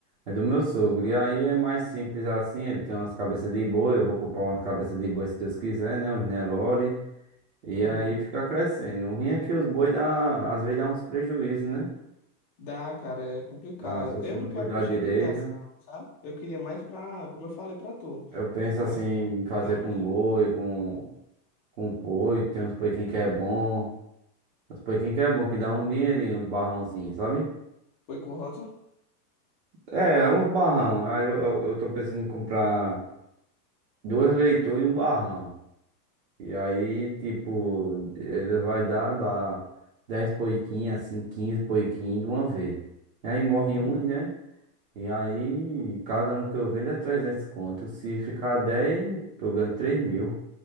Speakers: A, on the right; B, on the left.
A: é do meu sogro. E aí é mais simples assim, ele tem umas cabeças de boi, eu vou comprar umas cabeças de boi se Deus quiser, né, uns Nelore. E
B: Uhum.
A: aí fica crescendo. O ruim é que os boi dá, às vezes dá uns prejuízos, né?
B: Dá, cara, é complicado.
A: Dá, se você
B: Eu
A: não
B: não quero
A: cuidar
B: mexer
A: direito.
B: com criação, sabe? Eu queria mais pra, como eu falei pra tu,
A: Eu penso
B: mais
A: assim, em
B: pra
A: fazer
B: família.
A: com boi, com, com boi, que tem uns poiquinhos que é bom. uns poiquinhos que é bom, que dá um dinheirinho, uns barrãozinhos, sabe?
B: Foi com Rosa?
A: É, uns barrão. Aí eu, eu, eu tô pensando em comprar. dois leitores e um barrão. E aí, tipo, ele vai dar, dar 10 poiquinhas, assim, 15 poiquinhos de uma vez. E aí morre
B: Uhum.
A: uns, né? E aí, cada um que eu vendo é 300 conto. Se ficar 10 eu ganho 3 mil.